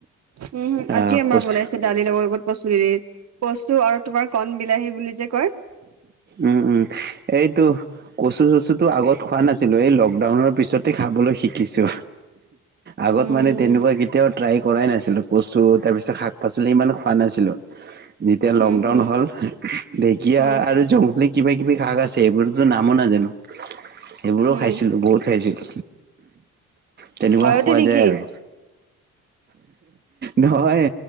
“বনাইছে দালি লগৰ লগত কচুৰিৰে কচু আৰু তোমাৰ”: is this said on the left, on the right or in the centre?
Right